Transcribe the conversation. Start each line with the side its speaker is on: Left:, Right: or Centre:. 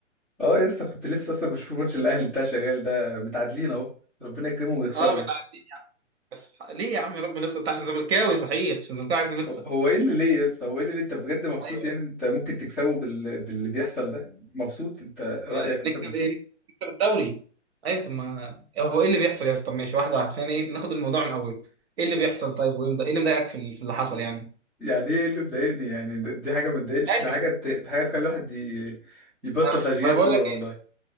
Centre: اه يا اسطى كنت لسه اصلا بشوف الماتش الاهلي بتاع شغال ده متعادلين اهو ربنا يكرمهم ويخسروا
Right: اه
Centre: يعني
Right: متعدين يعني بس ليه يا عم ربنا نخسر انت عشان زملكاوي صحيح عشان زملكاوي عايز نخسر
Centre: هو هو ايه اللي ليه يا اسطى هو ايه اللي ليه انت بجد مبسوط
Right: ايوه
Centre: يعني انت ممكن تكسبه بال... باللي بيحصل ده مبسوط انت رايك
Right: آه،
Centre: انت
Right: نكسب
Centre: مبسوط
Right: ايه نكسب الدوري ايوه طب ما هو ايه اللي بيحصل يا اسطى طب ماشي واحده واحده خلينا ايه ناخد الموضوع من اوله ايه اللي بيحصل طيب ويمضى ايه اللي مضايقك في ال- في اللي حصل يعني
Centre: يعني ايه اللي مضايقني يعني ده- دي حاجه ما تضايقش
Right: ماشي
Centre: ده حاجه ت- دي حاجه تخلي الواحد ي... يبطل
Right: ما
Centre: تشجيع
Right: ما انا
Centre: كوره
Right: بقول لك
Centre: والله
Right: ايه